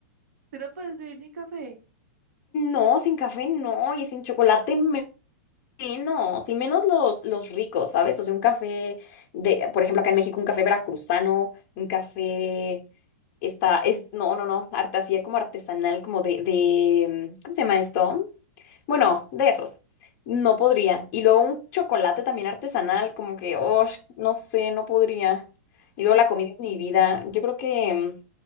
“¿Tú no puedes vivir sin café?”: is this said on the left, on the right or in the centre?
Right